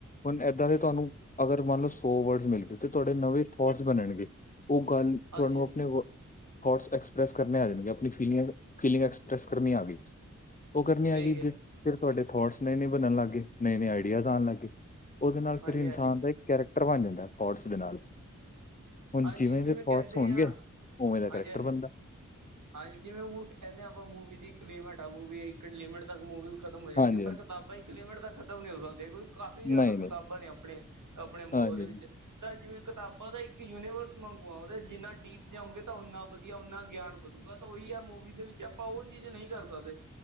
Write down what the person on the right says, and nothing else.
ਸਹੀ
ਕਿਹਾ
ਹਾਂਜੀ
ਹਾਂਜੀ
ਸਹੀ
ਕਿਹਾ
ਹਾਂਜੀ
ਹਾਂਜੀ
ਹਾਂਜੀ
ਕਹਿੰਦੇ
ਆ
ਹਾਂਜੀ
ਹਾਂਜੀ
ਹਾਂਜੀ, ਜਿਵੇਂ ਹੁਣ ਕਹਿੰਦੇ ਹਾਂ। ਆਪਾਂ ਮੂਵੀ ਦੀ ਇੱਕ ਲਿਮਿਟ ਆ। ਮੂਵੀ ਇੱਕ ਲਿਮਿਟ ਤੱਕ ਮੂਵੀ- ਖ਼ਤਮ ਹੋ ਜਾਣਗੇ।
ਪਰ
ਕਿਤਾਬਾਂ ਇੱਕ ਲਿਮਟ ਤੱਕ ਖ਼ਤਮ ਨੀ ਹੋ ਸਕਦੀਆਂ ਕੋਈ- ਕਾਫ਼ੀ ਜ਼ਿਆਦਾ
ਕਿਤਾਬਾਂ
ਨੇ, ਆਪਣੇ -ਆਪਣੇ ਮੂੰਹ
ਉਹਦੇ ਵਿੱਚ- ਤਾਂ ਜਿਵੇਂ ਕਿਤਾਬਾਂ ਦਾ ਇੱਕ ਯੂਨੀਵਰਸ ਮੰਗਵਾਉਂਦੇ। ਜਿੰਨਾ ਡੀਪ ਜਾਉਂਗੇ, ਤਾਂ ਉਨਾ ਵਧੀਆ ਉਨਾ ਗਿਆਨ ਵਧ ਬਤ ਉਹੀ ਆ ਮੂਵੀ ਦੇ ਵਿੱਚ ਆਪਾਂ ਉਹ ਚੀਜ਼ ਨਹੀਂ ਕਰ ਸਕਦੇ